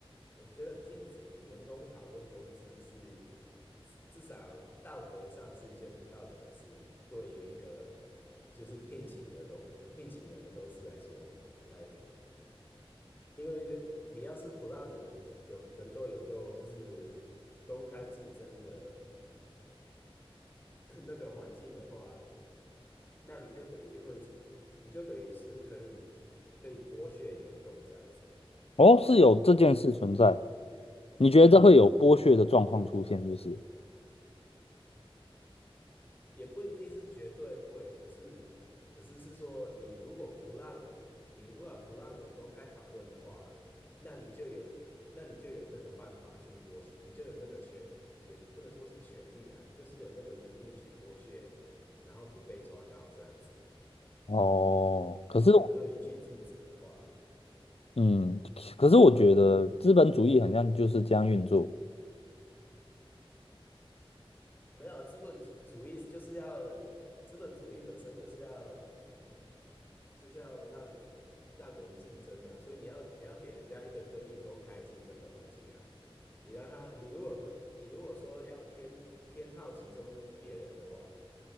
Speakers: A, on the left (about 20°); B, on the left (about 80°).
A: 我觉得禁止员工讨论工资是至少道德上是一件不道德的事，对于一个就是聘请的东聘请人的公司来说，来，因为你要是不让人有能够有够就是公开竞争的 <coughs> <clears throat> 那个环境的话，那你就等于会，你就等于是可以可以剥削员工这样子。
B: 哦，是有这件事存在，你觉得这会有剥削的状况出现，
A: 嗯，
B: 就是
A: 也不一定是绝对会，可是可是是说，你如果不让你如果不让人公开讨论的话，那你就有那你就有那个办法去剥削，你就有那个权，也不能说是权利啊，你就是有那个能力去剥削，然后不被抓到这样子。
B: 哦，可是，
A: 你如果刻意去禁止的话，
B: 嗯，可是我觉得资本主义好像就是这样运作，
A: 没有资本主主义就是要资本主义本身就是要就是要让让人竞争啊，所以你要你要给人家一个可以公开竞争的环境啊。你让他，你如果你如果说要偏偏好其中别人的话，